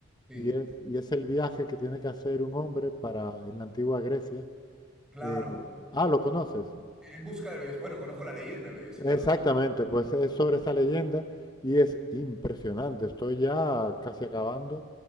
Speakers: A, in the centre; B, on the left (about 20°).
A: sí,
B: Y es, y es el viaje que tiene que hacer un hombre para en la antigua Grecia.
A: claro.
B: Eh, ah, ¿lo conoces?
A: En busca del Bello. Bueno, conozco la leyenda del Bellocino de
B: Exactamente,
A: Oro, ¿no?
B: pues es sobre esa leyenda y es impresionante. Estoy ya casi acabando